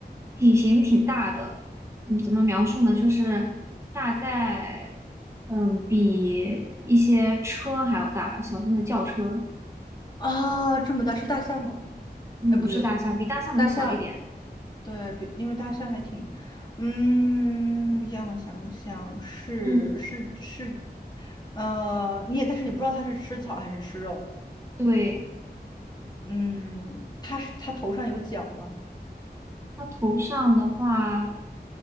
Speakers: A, on the right; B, on the left.
A: 体型挺大的，嗯，怎么描述呢？就是大概，嗯，比一些车还要大吧，小型的轿车，
B: 啊，这么大是大象吗？
A: 嗯，
B: 哎，不对，
A: 不是大象，比大象能小一点。
B: 大象，对，比因为大象还挺，嗯，让我想想，是是是，
A: 嗯，
B: 呃，你也，但是你不知道它是吃草还是吃肉，
A: 对，
B: 嗯，它是它头上有角吗？
A: 它头上的话